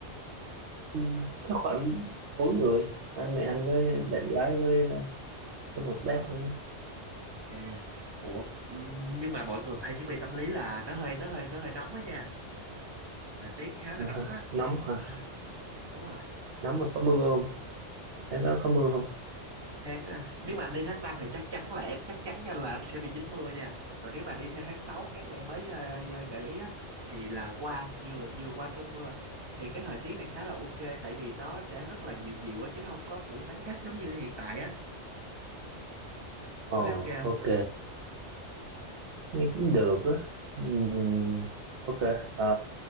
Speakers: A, on the right; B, on the right.
A: Ừ, chắc khoảng bốn người, anh mẹ anh với bạn gái với với một bác
B: Ờ,
A: nữa
B: à, ủa, ừm, nhưng mà mọi người phải chuẩn bị tâm lý là nó hơi nó hơi nó hơi nóng á nha. Thời tiết khá là
A: Dạ
B: nóng
A: hả?
B: á.
A: Nóng hả?
B: À, đúng rồi.
A: Nóng mà có mưa không? Thế đó có mưa không?
B: tháng à, nếu mà anh đi tháng 5 thì chắc chắn là em chắc chắn nha là anh sẽ bị dính mưa nha còn nếu mà đi theo tháng 6 các của em mới ờ, ờ, gợi ý á thì là qua vừa vừa qua cơn mưa thì cái thời tiết này khá là ok tại vì nó sẽ rất là dịu dịu á chứ nó không có kiểu nắng gắt giống như hiện tại á
A: Ồ,
B: anh thấy ok
A: ok.
B: không
A: Nghe cũng được á. Ừm, ok. Ờ,